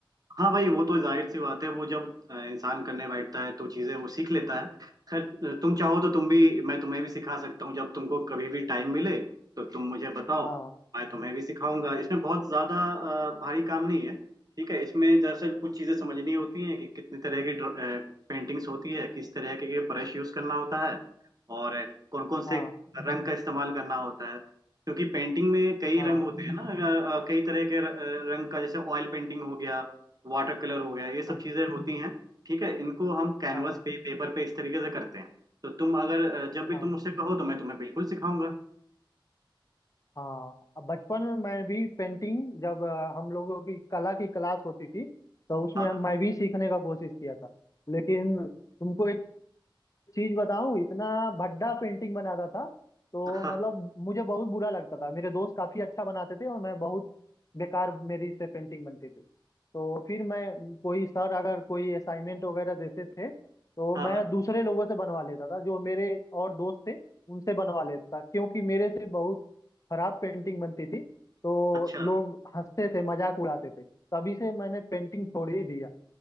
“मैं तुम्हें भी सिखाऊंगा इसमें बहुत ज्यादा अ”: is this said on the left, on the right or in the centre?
Right